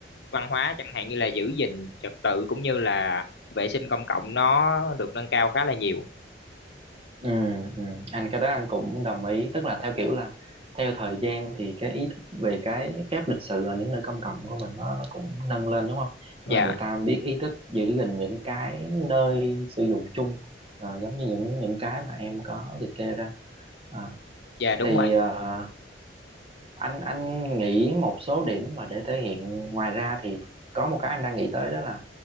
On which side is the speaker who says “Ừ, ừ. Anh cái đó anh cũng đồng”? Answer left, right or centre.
Right